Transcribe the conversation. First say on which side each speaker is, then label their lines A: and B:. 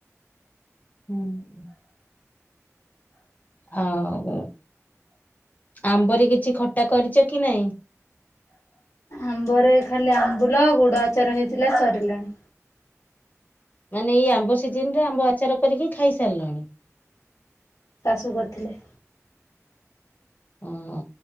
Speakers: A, on the left; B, on the left.
A: <inaudible> ହଉ ଆମ୍ବରି କିଛି ଖଟା କରିଛ କି ନାଇଁ?
B: ଆମ୍ବରେ ଖାଲି ଆମ୍ବୁଲ ଗୁଡ ଆଚାର ହେଇଥିଲା ସରିଲାଣି।
A: ମାନେ ଏଇ ଆମ୍ବ ସିଜନ ରେ ଆମ୍ବ ଆଚାର କରିକି ଖାଇସାରିଲାଣି?
B: ଶାଶୁ କରିଥିଲେ।
A: ଓହୋ